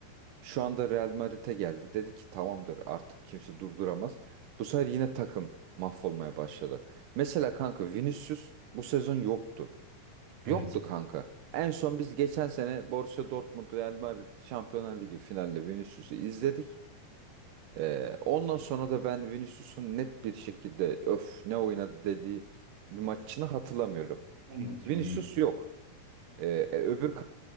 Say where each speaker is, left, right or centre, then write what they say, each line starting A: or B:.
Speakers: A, on the right; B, on the right.
A: Şu anda Real Madrid'e geldi. Dedi ki tamamdır artık kimse durduramaz. Bu sefer yine takım mahvolmaya başladı. Mesela kanka Vinicius bu sezon yoktu.
B: Evet.
A: Yoktu kanka. En son biz geçen sene Borussia Dortmund Real Madrid Şampiyonlar Ligi finalinde Vinicius'u izledik. Ee, ondan sonra da ben Vinicius'un net bir şekilde öf ne oynadı dediği bir maçını hatırlamıyorum.
B: Ben de hatırlamıyorum.
A: Vinicius yok. Ee, e, öbür